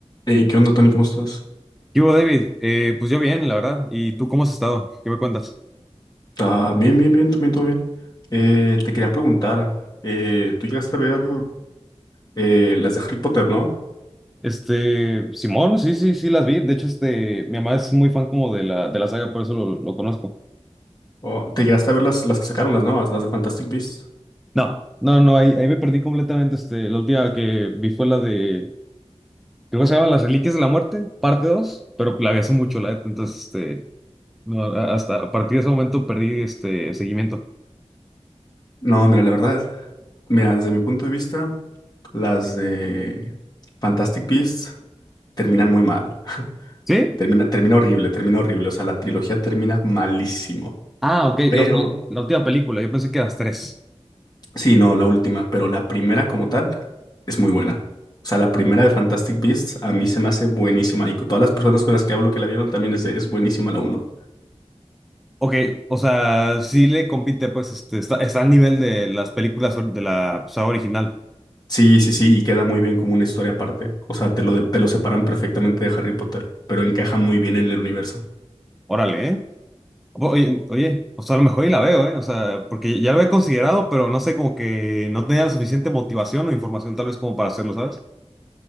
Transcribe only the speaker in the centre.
¿Qué hubo, David? Eh, pues yo bien, la verdad. ¿Y tú cómo has estado? ¿Qué me cuentas?
Este, Simón, sí, sí, sí las vi. De hecho, este, mi mamá es muy fan como de la, de la saga, por eso lo, lo conozco.
No, no, no, ahí, ahí me perdí completamente. Este, la última que vi fue la de, creo que se llama Las Reliquias de la Muerte, parte 2. pero la vi hace mucho, la neta, entonces, este, no, a- hasta a partir de ese momento perdí este seguimiento.
¿Sí?
Ah, ok,
la, la última película, yo pensé que las tres.
Ok, o sea, sí le compite, pues, este, está, está al nivel de las películas or- de la saga original.
Órale, ¿eh? O- Oye, oye, o sea, a lo mejor y la veo, ¿eh? O sea, porque ya lo he considerado, pero no sé, como que no tenía la suficiente motivación o información tal vez como para hacerlo, ¿sabes?